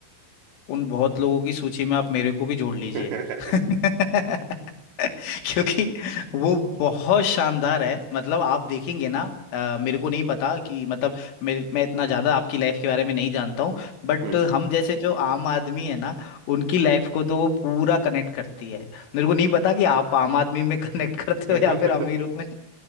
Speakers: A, on the left; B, on the right.
A: उन बहुत लोगों की सूची में आप मेरे को भी जोड़ लीजिए
B: <laughs> हम्म
A: <laughs> क्योंकि वो बहुत शानदार है मतलब आप देखेंगे ना अ, मेरे को नहीं पता कि मतलब मेरे मैं इतना ज्यादा आपकी लाइफ के बारे में नहीं जानता हूँ बट
B: हम्म
A: हम जैसे जो आम आदमी है ना उनकी लाइफ को तो वो पूरा कनेक्ट करती है मेरे को नहीं पता कि आप आम आदमी में <laughs> कनेक्ट करते
B: <laughs>
A: हो या फिर अमीरों में